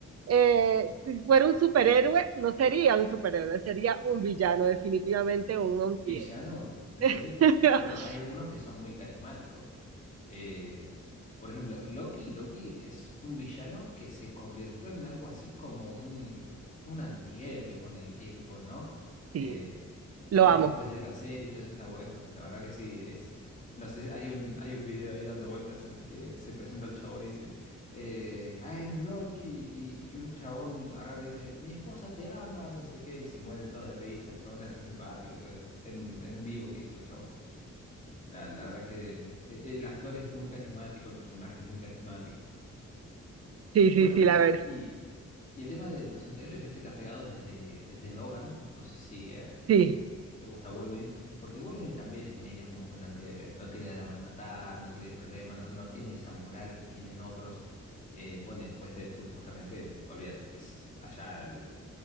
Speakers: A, on the right; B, on the left.
A: eh, si fuera un superhéroe, no sería un superhéroe, sería un villano, definitivamente, o un antihéroe.
B: ¿Villano? ¿En serio?
A: <laughs>
B: Bueno, hay algunos que son muy carismáticos. Eh, por ejemplo, Loki, Loki es un villano que se convirtió en algo así como un, un antihéroe con el tiempo, ¿no?
A: sí,
B: Eh,
A: lo
B: eh,
A: amo.
B: después de la serie y todo eso. La, bueno, la verdad que sí, es. No sé, hay un, hay un video ahí dando vueltas en las que se presenta el chabón y dice eh, I'm Loki y, y un chabón agarra y dice, mi esposa te ama, no sé qué, y se mueren todos de risa, el chabón es re simpático y todo eso, en un, en un vivo que hizo el chabón. La, la verdad que eh, el actor es muy carismático, el personaje es muy carismático.
A: Sí, sí,
B: Bueno,
A: sí, la
B: y,
A: verdad.
B: y, y el tema de los anteriores, viste que ha pegado desde, desde Logan, no sé si eh, eh,
A: Sí,
B: te gusta Wolverine, porque Wolverine también es medio como que un antihéroe, no tiene drama en matar, no tiene problema, no, no tiene esa moral que tienen otros. Eh, bueno, y después Deadpool justamente, olvídate, es allá el,